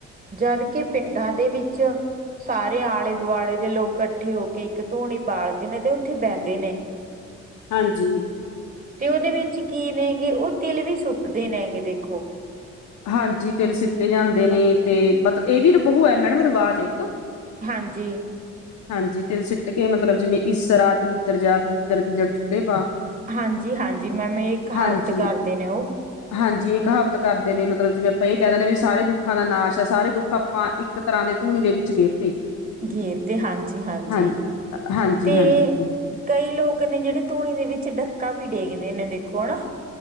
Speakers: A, on the right; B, on the left.
A: ਜਦ ਕਿ ਪਿੰਡਾਂ ਦੇ ਵਿੱਚ ਸਾਰੇ ਆਲੇ ਦੁਆਲੇ ਦੇ ਲੋਕ ਇਕੱਠੇ ਹੋ ਕੇ ਇੱਕ ਧੂਣੀ ਬਾਲਦੇ ਨੇ ਤੇ ਉੱਥੇ ਬਹਿੰਦੇ ਨੇ
B: ਹਾਂਜੀ
A: ਤੇ ਉਹਦੇ ਵਿੱਚ ਕੀ ਨੇਗੇ ਉਹ ਤਿਲ ਵੀ ਸੁੱਟਦੇ ਨੇ ਹੈਗੇ ਦੇਖੋ
B: ਹਾਂਜੀ ਤੇਿਲ ਸਿੱਤੇ ਜਾਂਦੇ ਨੇ ਤੇ ਮਤਲਬ ਇਹ ਵੀ ਹੋਇਆ ਮੈਡਮ ਰਿਵਾਜ ਇੱਕ
A: ਹਾਂਜੀ
B: ਹਾਂਜੀ ਤੇ ਸਿੱਟ ਕੇ ਮਤਲਬ ਜਿਵੇਂ ਇਸਰ ਦਲਿੱ ਦ ਜਾ ਦਲਿੱਦਰਰ ਦੀ ਜੜ ਚੁੱਲੇ ਪਾ
A: ਹਾਂਜੀ ਹਾਂਜੀ ਮੈਮ ਇਹ ਕਹਾਵਤ
B: ਹਾਂਜੀ
A: ਕਰਦੇ ਨੇ ਉਹ
B: ਹਾਂਜੀ ਇਹ ਕਹਾਵਤ ਕਰਦੇ ਨੇ ਮਤਲਬ ਜਿਵੇਂ ਆਪਾਂ ਇਹ ਕਹਿ ਦਿੰਦੇ ਹ ਵੀ ਸਾਰੇ ਦੁੱਖਾਂ ਦਾ ਨਾਸ਼ ਹੈ ਸਾਰੇ ਦੁੱਖ ਆਪਾਂ ਇੱਕ ਤਰ੍ਹਾਂ ਦੇ ਧੂਣੀ ਦੇ ਵਿੱਚ ਗੇਰਤੇ
A: ਗੇਰ ਤੇ ਹਾਂਜੀ ਹਾਂਜੀ
B: ਹਾਂ ਹਾਂਜੀ
A: ਤੇ
B: ਹਾਂਜੀ
A: ਕਈ ਲੋਕ ਨੇ ਜਿਹੜੇ ਧੂਣੀ ਦੇ ਵਿੱਚ ਡੱਕਾ ਵਿ ਟੇਕਦੇ ਨੇ ਦੇਖੋ ਹ ਨਾ